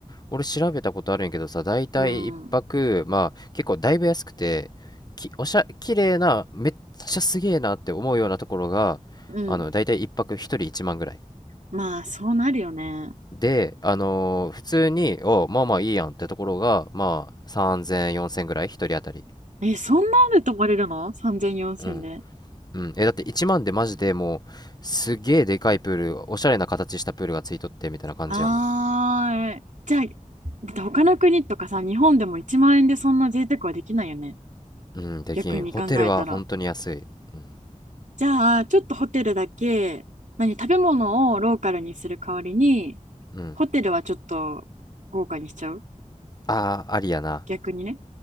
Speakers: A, on the left (about 30°); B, on the right (about 70°).
A: 俺調べたことあるんやけどさ、だいたい一泊、
B: う。うん、
A: まあ、結構だいぶ安くて、き、おしゃ、綺麗な、めっちゃすげえなって思うようなところが、
B: うん。
A: あの、だいたい一泊一人一万ぐらい。
B: まあ、そうなるよね。
A: で、あのー普通に、お、まあまあいいやんってところが、まあ3000、4000ぐらい、1人当たり。
B: え、そんなんで泊まれるの ?3000、4000で。
A: うん。うん。え、だって1万でマジでもう、すげえでかいプール、おしゃれな形したプールがついとってみたいな感じやもん。
B: ああ、じゃあ、だって他の国とかさ、日本でも1万円でそんな贅沢はできないよね。
A: うん、できん。
B: 逆に考えたら。
A: ホテルは本当に安い。うん。
B: じゃあ、ちょっとホテルだけ、何、食べ物をローカルにする代わりに、
A: うん。
B: ホテルはちょっと豪華にしちゃう
A: ああ、ありやな。
B: 逆にね。